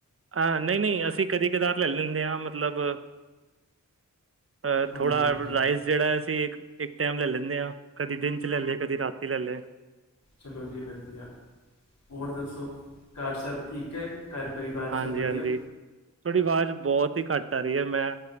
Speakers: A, on the right; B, on the left.
A: ਅਹ ਨਹੀਂ-ਨਹੀਂ ਅਸੀਂ ਕਦੀ-ਕਦਾਰ ਲੈ-ਲੈਂਣੇ ਆ ਮਤਲਬ ਅ
B: ਹਾਂਜੀ
A: ਥੋੜਾ
B: ਹਾਂਜੀ
A: ਰਾਈਜ। ਜਿਹੜਾ ਅਸੀਂ ਇੱਕ-ਇੱਕ ਟਾਈਮ ਲੈ-ਲੈਂਣੇ ਆ ਕਦੀ ਦਿਨ 'ਚ' ਲੈ-ਲਿਆ ਕਦੀ ਰਾਤੀ ਲੈ ਲਿਆ।
B: ਚਲੋ ਜੀ ਵਧੀਆ, ਹੋਰ ਦੱਸੋ ਘਰ ਸਭ ਠੀਕ ਐ? ਘਰ ਪਰਿਵਾਰ
A: ਹਾਂਜੀ-ਹਾਂਜੀ
B: ਸਭ ਵਧੀਆ
A: ਤੁਹਾਡੀ ਵਾਜ਼ ਬਹੁਤ ਹੀ ਘੱਟ ਆ ਰਹੀ ਆ ਮੈਂ